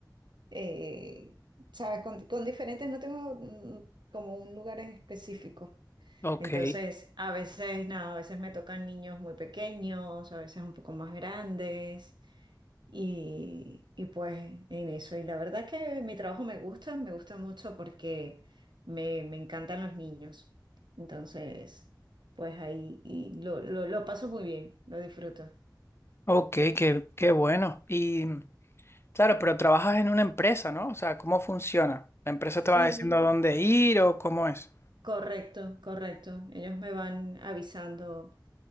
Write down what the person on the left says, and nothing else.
ok,
ok, qué, qué bueno. Y claro, pero trabajas en una empresa, ¿no? O sea, ¿cómo funciona? ¿La empresa
te va diciendo a dónde ir o cómo es?